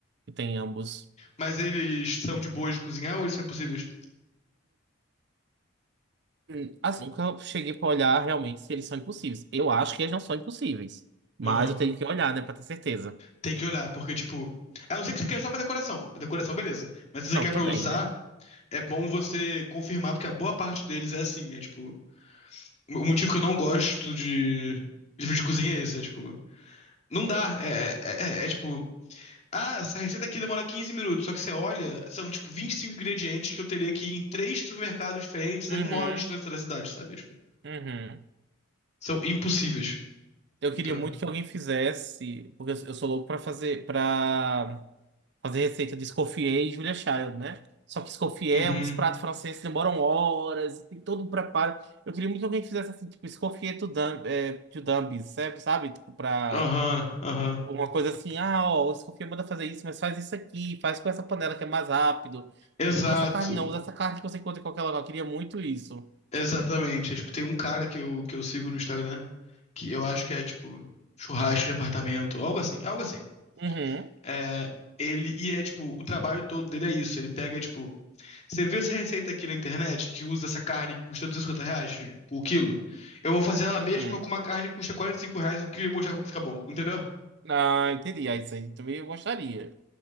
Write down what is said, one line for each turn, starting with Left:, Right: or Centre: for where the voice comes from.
Right: que tem ambos.
Left: Mas eles são de boas de cozinhar ou eles são impossíveis?
Right: Hum, Assim, nunca cheguei pra olhar realmente se eles são impossíveis. Eu acho que eles não são impossíveis, mas
Left: Aham.
Right: eu tenho que olhar, né, pra ter certeza.
Left: Tem que olhar, porque, tipo. A não ser que você queira só pra decoração. Pra decoração, beleza. Mas se você
Right: Não,
Left: quer
Right: também,
Left: pra usar,
Right: né?
Left: é bom você confirmar, porque a boa parte deles é assim. É tipo. O motivo que eu não gosto de livro de cozinha é esse. É tipo. Não dá. É, é, é, é, é, tipo. Ah, essa receita aqui demora 15 minutos. Só que você olha, são tipo 25 ingredientes que eu teria que ir em três supermercados diferentes
Right: Uhum,
Left: a uma hora de distância da cidade, sabe? É, tipo,
Right: uhum.
Left: são impossíveis.
Right: Eu
Left: Entendeu?
Right: queria muito que alguém fizesse, porque eu eu sou louco pra fazer, pra. fazer receita de Escoffier e Julia Child, né? Só que Escoffier,
Left: Uhum.
Right: é uns pratos franceses que demoram horas, tem todo um preparo. Eu queria muito que alguém fizesse assim, tipo, Escoffier to dumb, é, to dummies, sabe? Sabe? Tipo, pra...
Left: Aham, aham.
Right: Tipo, uma coisa assim, ah, ó, o Escoffier manda fazer isso, mas faz isso aqui, faz com essa panela que é mais rápido.
Left: Exato.
Right: É, Não usa essa carne, não. Usa essa carne que você encontra em qualquer local. Eu queria muito isso.
Left: Exatamente. É, tipo, tem um cara que eu, que eu sigo no Instagram que eu acho que é tipo churrasco de apartamento, algo assim, algo assim.
Right: Uhum,
Left: É, ele, e é tipo, o trabalho todo dele é isso. Ele pega, tipo, Você viu essa receita aqui na internet que usa essa carne que custa 250 reais por quilo? Eu vou fazer ela
Right: uhum.
Left: mesma com uma carne que custa 45 reais o quilo e mostrar como que fica bom, entendeu?
Right: Ah, entendi. Ah, isso aí também eu gostaria.